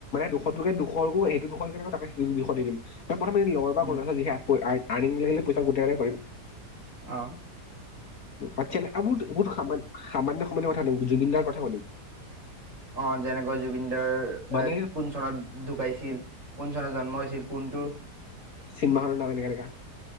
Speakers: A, on the left; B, on the right.
A: দুশ টোৰে দুশকো এইটো দুশৰ কেনেকুৱা তাক সেইটো দুশ দি দিম। তেওঁ প্ৰথম লগৰ পা
B: উম
A: <unintelligible> আনিম লাগিলে পইচা গোটাই হে কৰিম।
B: অঁ
A: <unintelligible> বহুত সামা সামান্য <unintelligible> কথা জুবিন দাৰ কথা পাতিম।
B: অঁ যেনেকৈ জুবিন দাৰ এ
A: মানে
B: কোন চনত ঢুকাইছিল, কোন চনত জন্ম হৈছিল কোনটো
A: চিনেমা হলৰ দৰে এনেকা